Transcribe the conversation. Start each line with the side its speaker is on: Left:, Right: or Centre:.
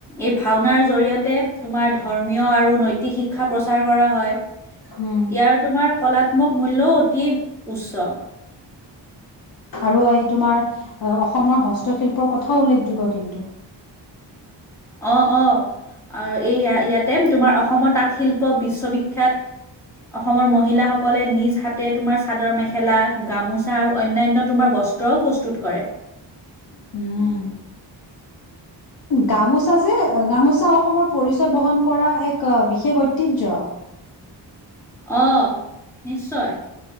Centre: এই ভাওনাৰ জৰিয়তে তোমাৰ ধৰ্মীয় আৰু নৈতিক শিক্ষা প্ৰচাৰ কৰা হয়।
Left: উম
Centre: ইয়াৰ তোমাৰ কলাত্মক মূল্যও অতি উচ্চ।
Left: আৰু এই তোমাৰ অসমৰ হস্তশিল্পৰ কথাও উল্লেখযোগ্য কিন্তু।
Centre: অঁ, অঁ আৰু এই ইয়াতে তোমাৰ অসমৰ তাঁতশিল্প বিশ্ববিখ্যাত। অসমৰ মহিলাসকলে নিজ হাতে তোমাৰ চাদৰ মেখেলা গামোচা আৰু অন্যান্য তোমাৰ ব- স্তও প্ৰস্তুত কৰে।
Left: উম। গামোচা যে গামোচা অসমৰ পৰিচয় বহন কৰা এক আ বিশেষ ঐতিহ্য।
Centre: অঁ, নিশ্চয়।